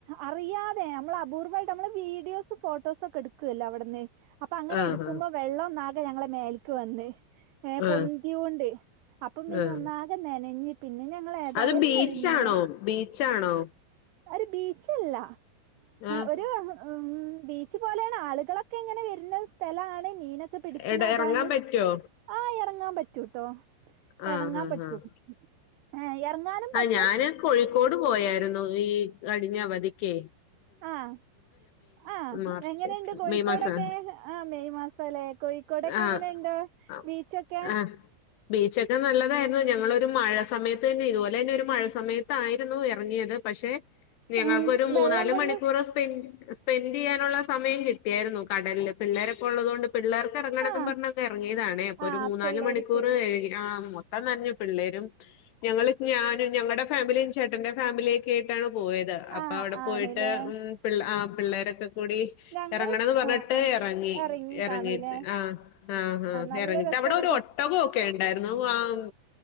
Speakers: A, on the right; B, on the left.
A: അറിയാതെ നമ്മൾ അപൂർവ്വയിട്ട് നമ്മള് വീഡിയോസും ഫോട്ടോസൊക്കെ എടുക്കുവല്ലോ അവിടുന്ന് അപ്പൊ അങ്ങനെ
B: ആ
A: എടുക്കുമ്പോ
B: ആ
A: വെള്ളം ഒന്നാകെ ഞങ്ങളെ മേൽക്ക് വന്ന് ഏഹ്
B: ആ
A: പൊന്തിയൊണ്ട് അപ്പം പിന്നെ
B: ആ ആ
A: ഒന്നാകെ നനഞ്ഞ് പിന്നെ ഞങ് ള് ഏതായാലും
B: അത് ബീച്ചാണോ
A: നനഞ്ഞില്ലേ.
B: ബീച്ചാണോ
A: ഒരു ബീച്ചല്ല
B: ആഹ്
A: ഒരു. ഉം, ബീച്ച് പോലെണ് ആളുകളൊക്കെ ഇങ്ങനെ വരുന്ന സ്ഥലാണ് മീനൊ പിടിക്കണ
B: എട
A: അതാണ്
B: എറങ്ങാൻ പറ്റോ
A: ആ എറങ്ങാൻ പറ്റൂട്ടോ.
B: ആഹ്
A: എറങ്ങാൻ
B: ആഹ്
A: പറ്റും
B: ആഹ്
A: ഏഹ് എറങ്ങാനും
B: ആഹ്
A: പറ്റും.
B: ഞാന് കോഴിക്കോട് പോയായിരുന്നു ഈ കഴിഞ്ഞ അവധിക്കെ
A: ആഹ് ആ
B: മാർച്ച്
A: എങ്ങനെണ്ട്
B: ഏപ്രിൽ
A: കോഴിക്കോടൊക്കെ
B: മെയ് മാസം
A: ആ മെയ് മാസ കോഴിക്കോടൊക്കെ
B: ആഹ്
A: എങ്ങനെുണ്ട ബീച്ചൊക്കെ
B: ആഹ് ബീച്ചൊക്കെ നല്ലതായിരുന്നു ഞങ്ങളൊരു മഴ സമയത്ത് തന്നെ ഇതുപോലെന്നെ ഒരു മഴ സമയത്ത് തായിരുന്നു ഇറങ്ങിയത് പക്ഷെ ഞങ്ങൾക്കൊരു
A: ഉം
B: മൂന്നാല്
A: വെള്ളം കൊണ്ട്
B: മണിക്കൂറ് സ്പെൻ സ്പെൻഡ് ചെയ്യാനുള്ള സമയം കിട്ടിയായിരുന്നു കടലില് പിള്ളേരൊക്കെ ഉള്ളത് കൊണ്ട് പിള്ളേർക് ഇറങ്ങണംമെന്നും
A: ആഹ്
B: പറഞ്ഇറങ്ങിയതണേ അപ്പൊ
A: ആഹ്
B: ഒരു മൂന്നാല്
A: പിള്ളേർക്ക്
B: മണിക്കൂർ ഏഴാ ആ മൊത്തം തനഞ് പിള്ളേരും ഞങ്ങള് ഞാനും ഞങ്ങടെ ഫാമിലിയ ചേട്ടന്റെ ഫാമിലിയ ഒക്കെ ആയിട്ടാണ് പോയത് അപ്പൊ
A: ആഹ്
B: അവിടെ പോയിട്ട്
A: ആണ്ല്ലേ
B: ഉം പിള്ള പിള്ളേരൊക്കെ കൂടി
A: ഞങ്ങള്
B: ഇറങ്ങണന്ന് പറഞ്ഞിട്ട്
A: ആഹ് ആഹ്
B: ഇറങ്ങി
A: എറങ്ങി
B: ഇറങ്ങീട്ട്
A: കാണൂലേ
B: ആഹ് ആഹ് ഹാ
A: നല്ല
B: ഇറങ്ങിട്ട്
A: രസാണ്
B: അവിടെ ഒരു
A: കു
B: ഒട്ടകൊക്കെ ഉണ്ടായിരുന്നു വാ ആഹ്